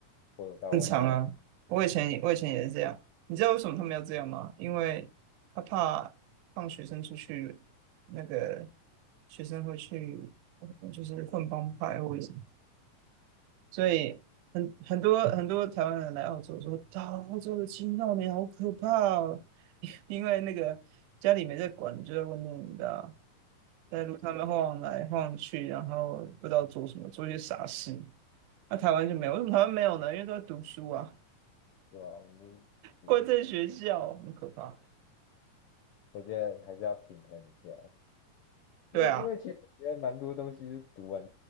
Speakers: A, on the left; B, on the right.
A: 或者到晚上九，
B: 正常啊。我以前也我以前也是这样，你知道为什么他们要这样吗？因为他怕放学生出去，那个学生会去就是混帮派或者是所以很很多很多台湾人来澳洲说，啊，澳洲的青少年好可怕哦，<laughs> 因为那个家里没在管，就在外面，你知道，在路上面晃来晃去，然后不知道做什么，做一些傻事。那、台湾就没有，为什么台湾没有呢？因为都在读书啊，
A: 对吧？我们就是读书，
B: 关在学校，很可怕。
A: 我觉得还是要平衡一下，因为因为其实我觉得蛮多东西是读完
B: 对啊。